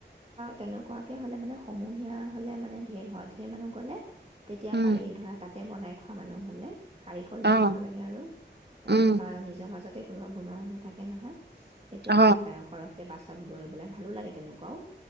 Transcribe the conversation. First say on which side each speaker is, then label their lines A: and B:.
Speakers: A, on the right; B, on the right.
A: তেনেকুৱা এনেকুৱাকে হ'লে মানে সমূহীয়া হ'লে মানে ধেৰ হয় দেৰ মানুহ গ'লে তেতিয়া
B: উম,
A: পাৰি ধৰা তাত তাতে বনাই খোৱা মানুহ হ'লে কাৰিকৰ
B: অ',
A: লৈ যাব লাগে আৰু তেনেকৈ
B: উম
A: বা নিজৰ মাজতে কোনোবা বনোৱা মানুহ থাকে নহয় এতিয়া
B: অ
A: ভাল হয় আৰু সৰহ পাছত গৈ পেলাই ভালো লাগে তেনেকুৱাও